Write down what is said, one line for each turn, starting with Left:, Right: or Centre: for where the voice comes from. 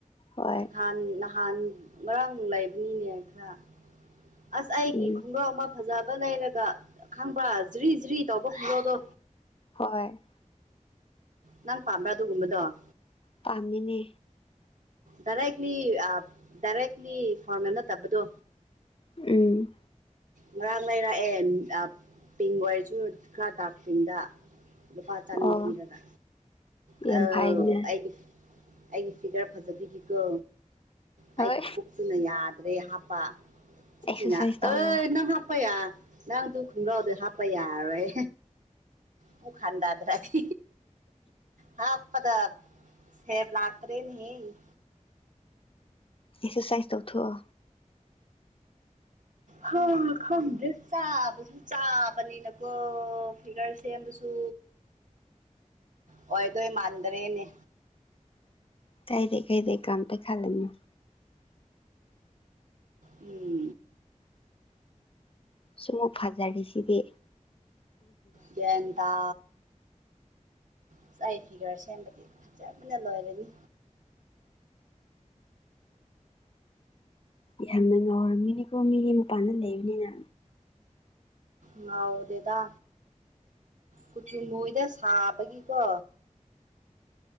Left: ꯍꯣꯏ
Right: ꯅꯍꯥꯟ ꯅꯍꯥꯟ ꯃꯔꯥꯡ ꯂꯩꯕꯅꯤꯅꯦ ꯈꯔ ꯑꯁ ꯑꯩꯒꯤ
Left: ꯎꯝ
Right: ꯈꯨꯡꯒ꯭ꯔꯥꯎ ꯑꯃ ꯐꯖꯕ ꯂꯩꯔꯒ ꯈꯪꯕ꯭ꯔꯥ ꯖ꯭ꯔꯤ ꯖ꯭ꯔꯤ ꯇꯧꯕ ꯈꯨꯡꯒ꯭ꯔꯥꯎꯗꯣ
Left: ꯍꯣꯏ
Right: ꯅꯪ ꯄꯥꯝꯕ꯭ꯔꯥ ꯑꯗꯨꯒꯨꯝꯕꯗꯣ
Left: ꯄꯥꯝꯃꯤꯅꯦ
Right: ꯗꯏꯔꯦꯛꯂꯤ ꯑ ꯗꯏꯔꯂꯤ ꯐꯔꯃꯦꯟ ꯑꯦꯅꯠꯇꯕꯗꯣ
Left: ꯎꯝ
Right: ꯉꯔꯥꯡ ꯂꯩꯔꯛꯑꯦ ꯄꯤꯡ ꯑꯣꯏꯔꯁꯨ ꯈꯔ ꯗꯥꯛ ꯄꯤꯡꯗ ꯂꯨꯄꯥ ꯆꯅꯤ
Left: ꯑꯣ
Right: ꯄꯤꯔꯒ ꯑꯧ
Left: ꯌꯥꯝ ꯐꯩꯅꯦ
Right: ꯑꯩꯒꯤ ꯑꯩꯒꯤ ꯐꯤꯒꯔ ꯐꯖꯕꯤꯒꯤꯀꯣ ꯑꯩꯒꯤ
Left: ꯍꯣꯏ
Right: ꯄꯨꯛꯇꯨꯅ ꯌꯥꯗ꯭ꯔꯦ ꯍꯥꯞꯄ ꯆꯤꯊꯤꯅ
Left: ꯑꯦꯛꯁꯔꯁꯥꯏꯁ ꯇꯧꯔꯣ
Right: ꯑꯦ ꯅꯪ ꯍꯥꯞꯄꯌꯥ ꯅꯪꯗꯨ ꯈꯣꯡꯒ꯭ꯔꯥꯎꯗ ꯍꯥꯞꯄ ꯌꯥꯔꯣꯏ ꯄꯨꯛ ꯍꯟꯗꯗ꯭ꯔꯗꯤ ꯍꯥꯞꯄꯗ ꯁꯦꯞ ꯂꯥꯛꯇ꯭ꯔꯦꯅꯦꯍꯦ
Left: ꯑꯦꯛꯁꯔꯁꯥꯏꯁ ꯇꯧ ꯊꯣꯛꯑꯣ
Right: ꯍꯥ ꯈꯪꯗꯦ ꯆꯥꯕꯁꯨ ꯆꯥꯕꯅꯤꯅꯀꯣ ꯐꯤꯒꯔ ꯁꯦꯝꯕꯁꯨ ꯑꯣꯏꯗꯣ ꯃꯥꯟꯗ꯭ꯔꯦꯅꯦ
Left: ꯀꯥꯏꯗꯦ ꯀꯩꯥꯏꯗꯦ ꯀꯩꯝꯗ ꯈꯟꯂꯨꯅꯨ
Right: ꯎꯝ
Left: ꯁꯨꯝꯃꯨꯛ ꯐꯖꯥꯔꯤꯁꯤꯗꯤ
Right: ꯒ꯭ꯌꯥꯟ ꯇꯥ ꯑꯁ ꯐꯤꯒꯔ ꯁꯦꯝꯕꯗꯤ ꯐꯖꯕꯅ ꯂꯣꯏꯔꯅꯤ
Left: ꯌꯥꯝꯅ ꯉꯥꯎꯔꯝꯃꯤꯅꯤꯀꯣ ꯃꯤꯗꯤ ꯃꯄꯥꯟꯗ ꯂꯩꯕꯅꯤꯅ
Right: ꯉꯥꯎꯗꯦꯗꯥ ꯀꯨꯆꯨ ꯃꯨꯏꯗ ꯁꯥꯕꯒꯤꯀꯣ